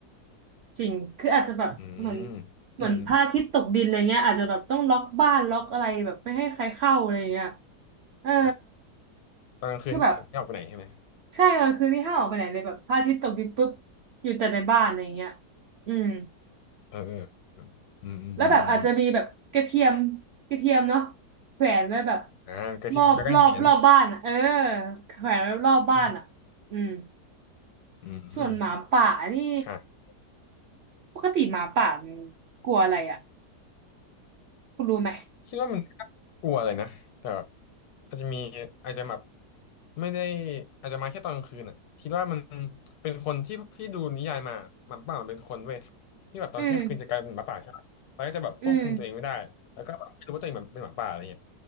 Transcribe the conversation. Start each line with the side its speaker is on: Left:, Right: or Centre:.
Right: จริงคืออาจจะแบบเหมือน
Left: <laughs> อืม
Right: เหมือนพระอาทิตย์ตกดินอะไรเงี้ยอาจจะแบบต้องล็อกบ้านล็อกอะไรแบบไม่ให้ใครเข้าอะไรเงี้ย
Left: อืมอืม
Right: เออ
Left: ครับตอนกลางคืนนี่ไม่ออกไปไหนใช่ไหม
Right: คือแบบ ใช่กลางคืนนี่ห้ามออกไปไหนเลยแบบพระอาทิตย์ตกดินปุ๊บอยู่แต่ในบ้านอะไรอย่างเงี้ยอืม
Left: เออเออเอออืมอืมอืมอืมอม
Right: แล้วแบบอาจจะมีแบบกระเทียมกระเทียมเนาะแขวนไว้แบบ
Left: อ่าก็ที่แล้วก็เขียน
Right: รอบรอบรอบบ้านอ่ะเออแขวนไว้รอบบ้านอ่ะอืม
Left: อืมอืม
Right: ส่วนหมาป่านี่
Left: อ่า
Right: ปกติหมาป่ามันกลัวอะไรอ่ะคุณรู้ไหม
Left: คิดว่ามันน่ากลัวเลยนะแต่แบบอาจจะมีอาจจะแบบไม่ได้อาจจะมาแค่ตอนกลางคืนอ่ะคิดว่ามันเป็นคนที่ที่ดูนิยายมาหมาป่ามันเป็นคนเว้ยที่แบบตอนเที่ยงคืนจะกลายเป็นหมาป่าใช่ไหมมันก็จะแบบควบคุมตัวเองไม่ได้แล้วก็แบบไม่รู้ว่าตัวเองแบบเป็นหมาป่าอะไรเงี้ย
Right: อืมอืม